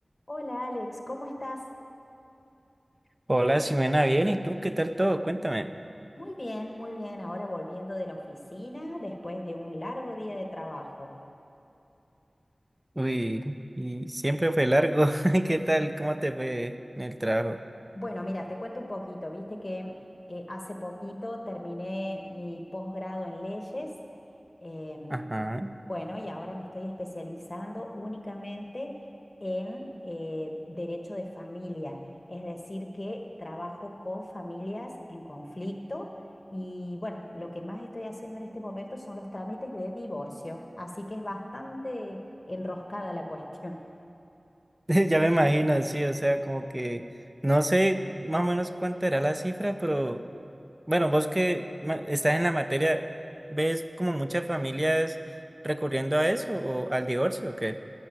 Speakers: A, on the left (about 45°); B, on the right (about 20°).
A: Hola Alex, ¿cómo estás?
B: Hola, Ximena, bien, ¿y tú qué tal todo? Cuéntame.
A: Muy bien, muy bien. Ahora volviendo de la oficina después de un largo día de trabajo.
B: Uy, y siempre fue largo. <laughs> ¿Qué tal? ¿Cómo te fue en el trabajo?
A: Bueno, mira, te cuento un poquito. Viste que eh, hace poquito terminé mi posgrado en leyes. em,
B: Ajá.
A: bueno, y ahora me estoy especializando únicamente en eh, derecho de familia. Es decir, que trabajo con familias en conflicto. Y bueno, lo que más estoy haciendo en este momento son los trámites de divorcio. Así que es bastante enroscada la cuestión.
B: <laughs> Ya me imagino, sí, o sea, como que no sé más o menos cuánta era la cifra, pero bueno, vos que ma- estás en la materia, ¿ves como muchas familias recurriendo a eso o al divorcio o qué?